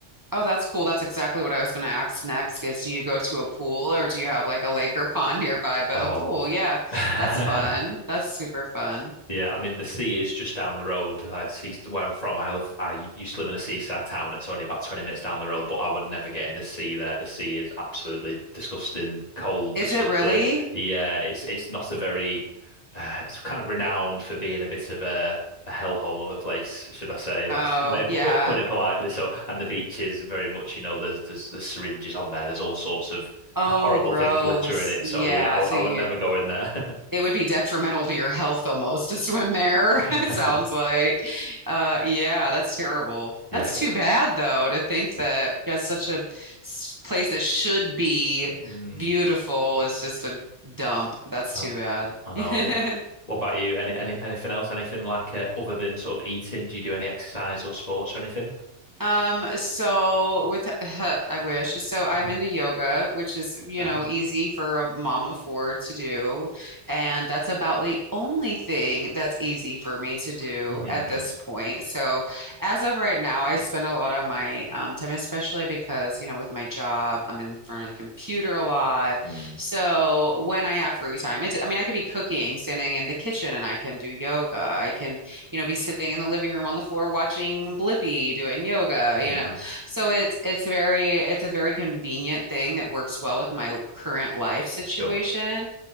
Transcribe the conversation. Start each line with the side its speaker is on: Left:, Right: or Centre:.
Right: Oh, that's cool. That's exactly what I was going to ask next is do you go to a pool or do you have like a lake or pond nearby? But
Left: Oh.
Right: a pool, yeah,
Left: <laughs>
Right: that's fun. That's super fun.
Left: Yeah, I mean the sea is just down the road. I see where I'm from. I live. I used to live in a seaside town. It's only about 20 minutes down the road, but I would never get in the sea there. The sea is absolutely disgusting, cold,
Right: Is
Left: disgusting.
Right: it really?
Left: Yeah, it's it's not a very. Uh, it's kind of renowned for being a bit of a, a hellhole of a place, should I say? That's
Right: Oh,
Left: maybe
Right: yeah.
Left: put put it politely. So, and the beach is very much, you know, there's there's the syringes on there. There's all sorts of
Right: Oh,
Left: horrible
Right: gross.
Left: things littering it.
Right: Yeah.
Left: So yeah, I,
Right: So
Left: I
Right: you,
Left: would never go in there.
Right: it would be detrimental to your health almost to swim there,
Left: <laughs>
Right: <laughs> it sounds
Left: <laughs>
Right: like. Uh, yeah, that's terrible.
Left: Yeah.
Right: That's too bad, though, to think that that's such a s- place that should be
Left: Mm,
Right: beautiful is just a dump. That's
Left: I,
Right: too bad.
Left: I know.
Right: <laughs>
Left: Yeah. What about you? Any, any anything else? Anything like uh, other than sort of eating? Do you do any exercise or sports or anything?
Right: Um, so with <laughs> I wish. So I'm
Left: <laughs>
Right: into yoga, which is, you
Left: Nice.
Right: know, easy for a mom of four to do, and that's about the only thing that's easy for me to do
Left: <laughs>
Right: at this point. So as of right now, I spend a lot of my um, time, especially because, you know, with my job, I'm in front of the computer a lot.
Left: Mm.
Right: So when I have free time, it's, I mean, I could be cooking, standing in the kitchen, and I can do yoga. I can you know, be sitting in the living room on the floor watching Blippi doing yoga,
Left: <laughs>
Right: you know. So it's it's very it's a very convenient thing that works well with my current life situation.
Left: Sure.